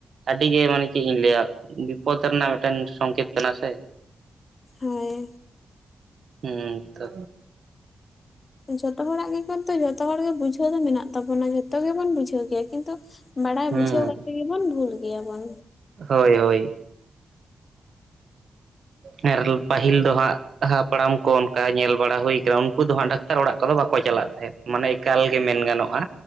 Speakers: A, on the right; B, on the left.
A: ᱟᱹᱰᱤ ᱜᱮ ᱢᱟᱱᱮ ᱪᱮᱜ ᱤᱧ ᱞᱮᱭᱟ ᱵᱤᱯᱚᱫ ᱨᱮᱱᱟᱜ ᱢᱮᱜᱴᱮᱱ ᱥᱚᱝᱠᱮᱛ ᱠᱟᱱᱟ ᱥᱮ᱾
B: ᱦᱮᱭ ᱾
A: ᱦᱩᱸ ᱛᱚ᱾
B: ᱡᱷᱚᱛᱚ ᱦᱚᱲᱟᱜ ᱜᱮ ᱠᱤᱱᱛᱩ ᱡᱚᱛᱚ ᱦᱚᱲ ᱜᱮ ᱵᱩᱡᱷᱟᱹᱣ ᱫᱚ ᱢᱮᱱᱟᱜ ᱛᱟᱵᱚᱱᱟ ᱡᱷᱚᱛᱚ ᱜᱮᱵᱚᱱ ᱵᱩᱡᱷᱟᱹᱣ ᱜᱮᱭᱟ ᱠᱤᱱᱛᱩ ᱵᱟᱰᱟᱭ
A: ᱦᱩᱸ
B: ᱵᱩᱡᱷᱟᱹᱣ ᱠᱟᱛᱮ ᱜᱮᱵᱚᱱ ᱵᱷᱩᱞ ᱜᱮᱭᱟᱵᱚᱱ᱾
A: ᱦᱳᱭ ᱦᱳᱭ᱾ ᱮᱨᱞ ᱯᱟᱹᱦᱤᱞ ᱫᱚ ᱦᱟᱸᱜ ᱦᱟᱯᱲᱟᱢ ᱠᱚ ᱚᱱᱠᱟ ᱧᱮᱞ ᱵᱟᱲᱟ ᱦᱩᱭ ᱠᱟᱱᱟ ᱩᱱᱠᱩ ᱫᱚ ᱦᱟᱸᱜ ᱰᱟᱠᱛᱟᱨ ᱚᱲᱟᱜ ᱠᱚᱫᱚ ᱵᱟᱠᱚ ᱪᱟᱞᱟᱜ ᱛᱟᱦᱮᱸᱫ᱾ ᱢᱟᱱᱮ ᱮᱠᱟᱞ ᱜᱮ ᱢᱮᱱ ᱜᱟᱱᱚᱜᱼᱟ